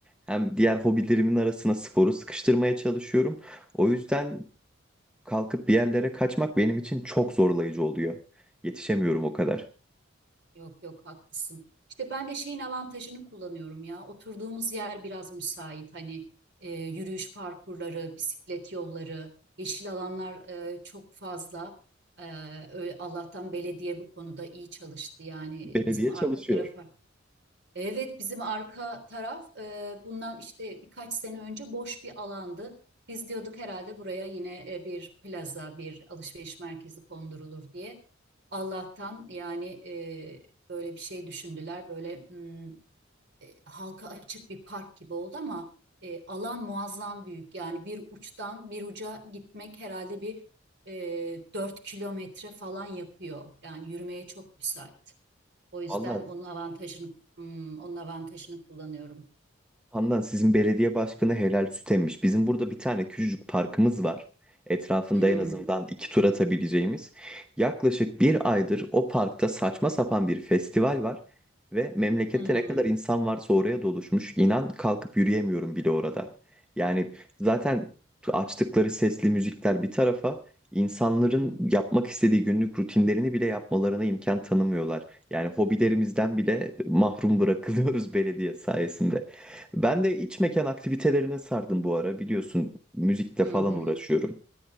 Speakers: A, in the centre; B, on the right.
A: hem diğer hobilerimin arasına sporu sıkıştırmaya çalışıyorum. O yüzden kalkıp bir yerlere kaçmak benim için çok zorlayıcı oluyor. Yetişemiyorum o kadar.
B: Yok yok haklısın. İşte ben de şeyin avantajını kullanıyorum ya. Oturduğumuz yer biraz müsait. Hani e, yürüyüş parkurları, bisiklet yolları, yeşil alanlar e, çok fazla. E, ö- Allah'tan belediye bu konuda iyi çalıştı. Yani
A: Belediye
B: bizim arka
A: çalışıyor.
B: tarafa Evet, bizim arka taraf e, bundan işte birkaç sene önce boş bir alandı. Biz diyorduk herhalde buraya yine e, bir plaza, bir alışveriş merkezi kondurulur diye. Allah'tan yani e, böyle bir şey düşündüler. Böyle hmm, e, halka açık bir park gibi oldu ama e, alan muazzam büyük. Yani bir uçtan bir uca gitmek herhalde bir e, 4 kilometre falan yapıyor. Yani yürümeye çok müsait. O yüzden
A: Valla
B: onun avantajını hmm, onun avantajını kullanıyorum.
A: Handan sizin belediye başkanı helal süt emmiş. Bizim burada bir tane küçücük parkımız var. Etrafında
B: Hmm,
A: en azından iki tur atabileceğimiz. Yaklaşık bir aydır o parkta saçma sapan bir festival var. Ve memlekette
B: hmm,
A: ne kadar insan varsa oraya doluşmuş. İnan kalkıp yürüyemiyorum bile orada. Yani zaten açtıkları sesli müzikler bir tarafa, insanların
B: hmm,
A: yapmak istediği günlük rutinlerini bile yapmalarına imkan tanımıyorlar. Yani hobilerimizden bile mahrum bırakılıyoruz <laughs> belediye sayesinde. Ben de iç mekan aktivitelerine sardım bu ara. Biliyorsun müzikle
B: hı
A: falan
B: hı.
A: uğraşıyorum.